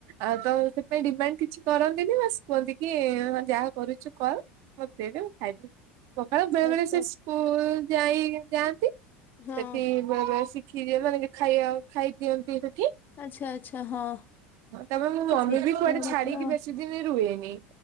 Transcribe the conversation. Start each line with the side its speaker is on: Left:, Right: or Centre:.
Right: ଆଉ ତ ସେଥିପାଇ ଡିମାଣ୍ଡ କିଛି କରନ୍ତିନି ବାସ କୁହନ୍ତି କି ହ ଯାହା କରୁଛୁ କର। ମତେ ଦେଇଦେ ମୁ ଖାଇବି। ସକାଳେ ବେଳେ
Left: ଆଚ୍ଛା
Right: ବେଳେ ସେ ସ୍କୁଲ ଯାଇ ଯାଆନ୍ତି
Left: ହଁ
Right: ସେଠି ଶିଖି ଦିଏ ମାନ ଖାଇବା ଖାଇଦିଅନ୍ତି ସେଠି।
Left: ଆଛା ଆଚ୍ଛା ହଁ।
Right: ତାପ ମୁଁ ମମି
Left: ଶିଖିବା
Right: ବି କୁଆଡେ
Left: କଥା
Right: ଛାଡ଼ିକି
Left: ନା ଆଉ।
Right: ବେଶୀ ଦିନ ରୁହେନି।